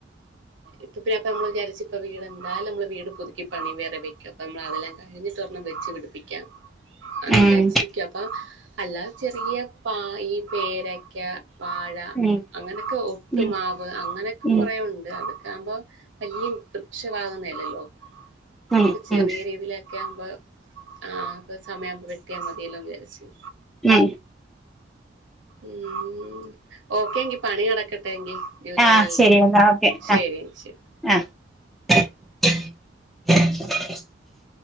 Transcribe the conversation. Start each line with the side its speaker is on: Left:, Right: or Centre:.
Right: ഇപ്പൊ പിന്നെന്നപ്പോമ്മൾ വിചാരിച് ഇപ്പൊ വീടെന്തായാലും നമ്മൾ പുതുക്കി പണിയും വേറെ വെ അപ്പമ്മൾ അതെല്ലാം കഴിഞ്ഞ് ഒരെണ്ണം വെച്ച് പിടി പ്പിക്കാം അന്ന്
Centre: ഉം
Right: വിചാരിച്ചിരിക്ക അപ്പൊ അല്ലാ ചെറിയ പ ഈ പേരയ്ക്ക വാഴ
Centre: ഉം
Right: അങ്ങനെക്കെ ഒട്ടുമാവ്
Centre: ഉം
Right: അങ്ങനെക്കെ
Centre: ഉം
Right: കൊറേ ഉണ്ട് <unintelligible> ആമ്പോ വല്യേ വൃക്ഷവാകുന്നഅലല്ലോ മുക്ക്
Centre: ഉം
Right: ചെറിയ രീതിയിൽ <inaudible> മ്പോ ആഹ് <unintelligible> സമയാവുമ്പോ വെട്ടിയമതീലോന് വിചാരി
Centre: ഊം
Right: ഊം ഒക്കെങ്കി പണി നടക്കട്ടെ എങ്കി ജോലീയലല്ലേ
Centre: ആഹ് ശരി എന്നാ ഓക്കെ
Right: ശെരി
Centre: ആഹ്
Right: ശെരി
Centre: ആഹ് <unintelligible>